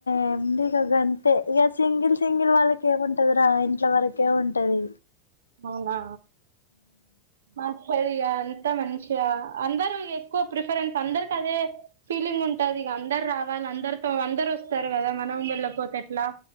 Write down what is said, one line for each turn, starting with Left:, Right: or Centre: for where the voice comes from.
Left: ఏంది ఇక అంతే, ఇక సింగిల్ సింగిల్ వాళ్ళక ఏమింటది రా ఇంట్ల వరకేమింటది
Right: అవునా బస్ అది ఇక అంత మంచిగా అందరు ఎక్కువ ప్రిఫరెన్స్ అందరికి అదే ఫీలింగ్ ఉంటది, ఇక అందరు రావాలి అందరితో అందరు వస్తారు కదా మనం వెళ్ళపోతే ఎట్లా